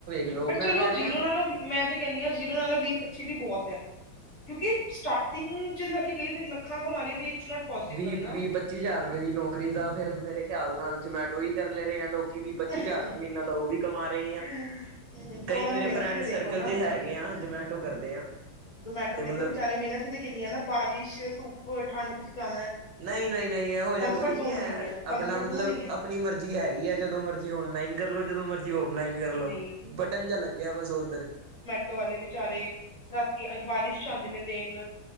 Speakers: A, on the right; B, on the left.
A: ਲੋ
B: ਬਟ
A: ਮੈਂ
B: ਚਲੋ
A: ਕਹਿ ਰਿਹਾ
B: ਜ਼ੀਰੋ ਨਾਲੋਂ, ਮੈਂ ਤੇ ਕਹਨੀ ਆ ਜ਼ੀਰੋ ਨਾਲੋਂ ਵੀਹ ਪੱਚੀ ਵੀ ਬਹੁਤ ਐ। ਕਿਉਂਕਿ ਸਟਾਰਟਿੰਗ ਚ ਜੇ ਅਸੀਂ ਕਹੀ ਅਸੀ ਲੱਖਾਂ ਕਮਾ ਲਈਏ ਤਾਂ ਇਟਸ ਨੋਟ ਪੋਸੀਬਲ
A: ਵੀਹ
B: ਨਾ।
A: ਵੀਹ ਪੱਚੀ ਹਜ਼ਾਰ ਰੁਪਏ ਦੀ ਨੌਕਰੀ ਤਾਂ ਫੇਿਰ ਮੇਰੇ ਖਿਆਲ ਨਾਲ ਜਮੈਟੋ ਹੀ ਕਰ ਲੈ ਰਹੇ ਆ ਲੋਕ ਕਿ ਵੀ
B: ਨਾ
A: ਪੱਚੀ ਹਜ਼ਾਰ ਰੁਪਏ ਮਹੀਨਾ ਦਾ ਉਹ ਵੀ ਕਮਾ ਰਹੇ ਆ।
B: ਹੂੰ,
A: ਕਈ
B: ਉਹਨਾਂ ਦੀ
A: ਮੇਰੇ
B: ਮਿਹਨਤ
A: ਫਰੈਂਡ
B: ਵੀ ਤੇ ਦੇਖੋ
A: ਸਰਕਲ ਚ ਹੈਗੇ ਆ ਜਿਮੈ ਟ ਕਰਦੇ ਆ।
B: ਜਮੈਟੋ
A: ਤੇ ਮਤਲਬ
B: ਦੇਖੋ ਵਿਚਾਰੇ ਮਿਹਨਤ ਵੀ ਤੇ ਕਿੰਨੀ ਆ ਨਾ ਬਾਰਿਸ਼ ਧੁੱਪ ਹੋਰ ਠੰਡ ਵਿੱਚ ਜਾਣਾ।
A: ਨਹੀਂ, ਨਹੀਂ, ਨਹੀਂ, ਇਹੋ ਜਿਹਾ
B: ਕੰਫਰਟ
A: ਕੋਈ
B: ਜ਼ੋਨ
A: ਨਹੀਂ ਹੈ,
B: ਕੰਫਰਟ
A: ਆਪਣਾ
B: ਜ਼ੋਨ
A: ਮਤਲਬ
B: ਨਹੀਂ ਹੈ।
A: ਆਪਣੀ ਮਰਜ਼ ਜੀ ਹੈਗੀ ਆ ਜਦੋਂ ਮਰਜ਼ੀ ਆਨਲਾਈਨ ਕਰ ਲਓ, ਜਦੋਂ ਮਰਜ਼ੀ ਜੀ ਔਫਲਾਈਨ ਕਰ ਲਓ
B: ਨਹੀਂ
A: ਬਟਨ ਜਿਹਾ ਲੱਗਿਆ ਬਸ ਉੱਧਰ।
B: ਟੋ ਆਲੇ ਬੀਚਾਰੇ ਰਾਤੀ ਬਾਰਿਸ਼ ਚ ਆਉਂਦੇ ਨੇ ਦੇਣ